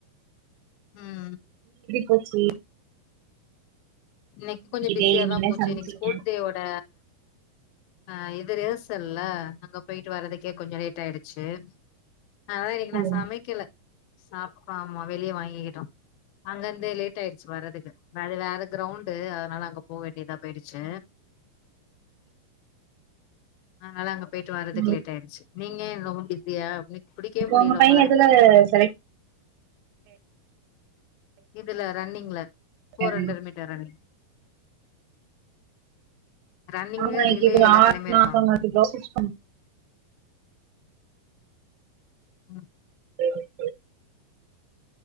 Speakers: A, on the left (about 85°); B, on the right (about 85°).
A: ம்
B: போச்சி
A: இன்னைக்கு கொஞ்ச பிஸியாதா
B: டே நீங்க என்ன
A: போச்சு
B: சமச்சீங்க
A: இன்னிக்கு ஸ்போர்ஸ்வோட ஆ இது ரிஹர்சல்ல அங்க போயிட்டு வர்றதுக்கே கொஞ்ச லேட் ஆயிடுச்சு அதா இன்னிக்கு நா
B: ம்
A: சமைக்குல சாப்பா ஆமா வெளிய வாங்கிக்கிட்டோ அங்கருந்து லேட் ஆயிடுச்சு வர்றதுக்கு அது வேற கிரௌண்டு அதனால அங்க போக வேண்டியதா போயிடுச்சு அதனால அங்க போயிட்டு வர்றதுக்கு
B: ம்
A: லேட் ஆயிடுச்சு நீங்க ரொம்ப பிஸியா அ பிடிக்கவே
B: இப்ப
A: முடியல
B: உங்க பைய
A: உங்கள
B: எதுல செலக்ட்
A: இதுல ரன்னிங்ல
B: ஆயிருக்காரு
A: போர் ஹண்ரடு மீட்டர் ரன்னிங் ரன்னிங்கு
B: ஆமா இன்னிக்கு
A: ரிலே
B: <unintelligible>
A: எல்லாத்துலயுமே இருக்காங்க
B: ஆ <unintelligible>
A: ம்
B: பண்ண